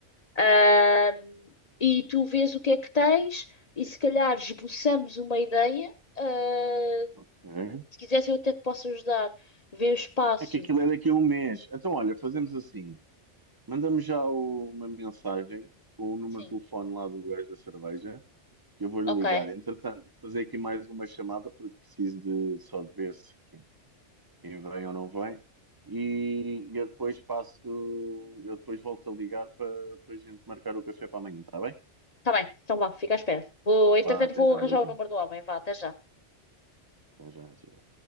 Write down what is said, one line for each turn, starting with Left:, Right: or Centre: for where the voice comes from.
Left: Ahm, e tu vês o que é que tens e se calhar esboçamos uma ideia. Ah,
Right: Ok.
Left: se quiseres, eu até te posso ajudar. Ver o espaço.
Right: É que aquilo é daqui a um mês. Então, olha, fazemos assim. Manda-me já o- uma mensagem com o número
Left: Sim,
Right: de telefone lá do gajo da cerveja, que eu vou-lhe
Left: ok.
Right: ligar. Entretanto, vou fazer aqui mais uma chamada porque preciso de só de ver se, quem vem ou não vem. E, e eu depois passo, eu depois volto a ligar para para a gente marcar o café para amanhã, está bem?
Left: Está bem, então vá, fica à espera. Vou,
Right: Então
Left: entretanto,
Right: vá, até
Left: vou
Right: já,
Left: arranjar
Right: beijinho.
Left: o número do homem. Vá, até já.
Right: Até já, até já.